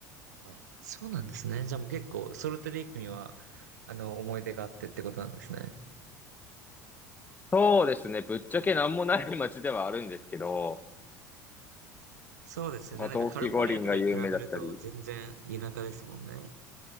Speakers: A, on the right (about 70°); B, on the left (about 20°).
A: あ、そうなんですね。じゃあもう結構ソルトレイクには、あの、思い出があってってことなんですね。
B: そうですね。ぶっちゃけ何もない街ではあるんですけど、
A: そうですよね。
B: まあ、
A: なんかカリフォルニアとかで比べると全然田舎ですもんね。
B: 冬季五輪が有名だったり、